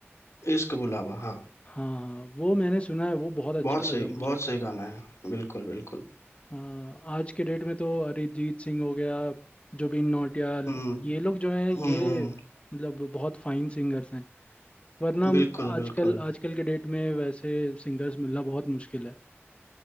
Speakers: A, on the left; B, on the left.
A: इश्क बुलावा हाँ
B: हाँ हाँ वो मैंने सुना है वो बहुत अच्छा
A: बहुत
B: लगा
A: सही
B: मुझे
A: बहुत सही गाना है बिल्कुल बिल्कुल
B: हाँ, आज के डेट में तो अरिजीत सिंह हो गया जुबिन नौटियाल
A: हम्म
B: ये लोग जो हैं ये
A: हम्म हम्म,
B: मतलब बहुत फाइन सिंगर्स हैं वरना
A: बिल्कुल बिल्कुल
B: आजकल आजकल के डेट में वैसे सिंगर्स मिलना बहुत मुश्किल है